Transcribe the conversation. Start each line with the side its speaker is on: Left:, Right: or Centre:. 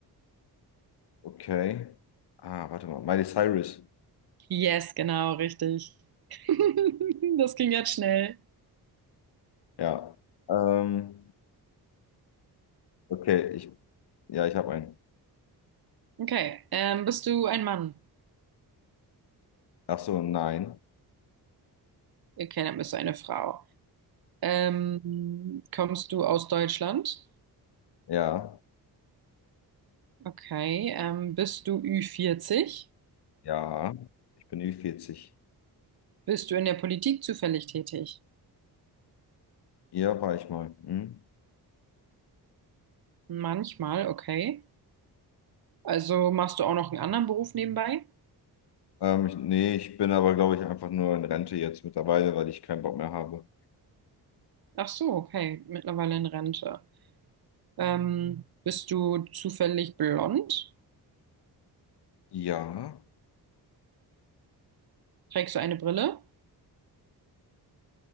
Left: Okay. Ah, warte mal. Miley Cyrus.
Right: Yes, genau, richtig. <laughs> Das ging jetzt schnell.
Left: Ja. Ähm, okay, ich, ja, ich habe einen.
Right: Okay. Ähm, bist du ein Mann?
Left: Ach so, nein.
Right: Okay, dann bist du eine Frau. Ähm, kommst du aus Deutschland?
Left: Ja,
Right: Okay. Ähm, bist du ü vierzig?
Left: ja. Ich bin Ü40.
Right: Bist du in der Politik zufällig tätig?
Left: Hier war ich mal. Hm?
Right: Manchmal, okay. Also machst du auch noch einen anderen Beruf nebenbei?
Left: Ähm, ich, nee, ich bin aber, glaube ich, einfach nur in Rente jetzt mittlerweile, weil ich keinen Bock mehr habe.
Right: Ach so, okay. Mittlerweile in Rente. Ähm, bist du zufällig blond?
Left: Ja.
Right: Trägst du eine Brille?